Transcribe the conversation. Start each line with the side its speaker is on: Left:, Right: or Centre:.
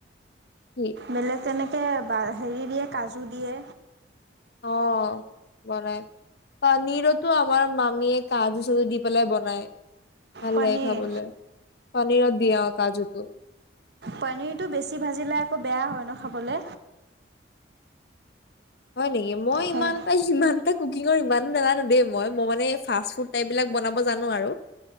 Left: কি
Right: বেলেগ তেনেকে ত <unintelligible> হেৰি দিয়ে কাজু দিয়ে
Left: অ বনাই পানীৰতো আমাৰ মামীয়ে কাজু চাজু দি পেলাই বনাই ভাল
Right: পনীৰ
Left: লাগে খাবলৈ। পনীৰত দিয়া কাজুতো
Right: পনীৰটো বেছি ভাজিলে আকৌ বেয়া হয় ন খাবলে
Left: হয় নেকি মই
Right: সেই
Left: ইমানটা সিমানটা ক কুকিঙৰ ইমানো নাজানো দেই মই, মই মানে ফাষ্ট ফুড টাইপ বিলাক বনাব জানো আৰু